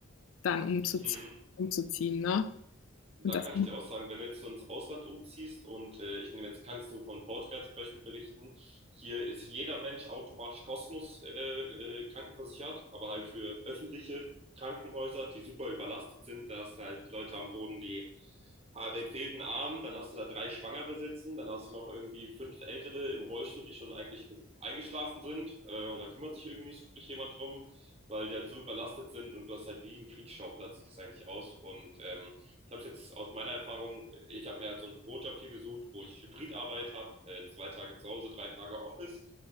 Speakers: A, on the left; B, on the right.
A: dann umzuziehen,
B: Mhm.
A: umzuziehen, ne?
B: Da
A: Und das.
B: kann ich dir auch sagen, wenn du jetzt so ins Ausland umziehst und äh, ich nehme jetzt, kann jetzt nur von Portugal zum Beispiel berichten, hier ist jeder Mensch automatisch kostenlos äh, äh, krankenversichert, aber halt für öffentliche Krankenhäuser, die super überlastet sind. Da hast du halt Leute am Boden, die ah, den fehlten Arm, dann hast du da drei Schwangere sitzen, dann hast du noch irgendwie fünf Ältere im Rollstuhl, die schon eigentlich ge- eingeschlafen sind äh, und da kümmert sich irgendwie nicht wirklich jemand drum, weil die halt so überlastet sind und du hast halt wie ein Kriegsschauplatz, sieht das eigentlich aus und ähm, ich habe es jetzt aus meiner Erfahrung, ich habe mir halt so einen Bürojob hier gesucht, wo ich Hybridarbeit habe, äh, zwei Tage zu Hause, drei Tage Office.